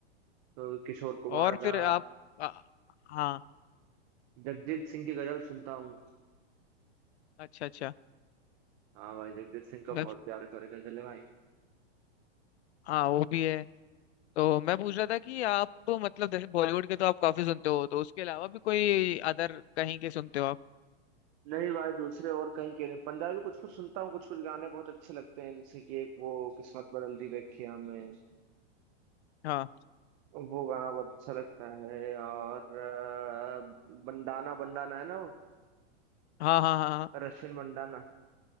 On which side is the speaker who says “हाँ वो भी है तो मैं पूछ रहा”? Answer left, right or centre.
Left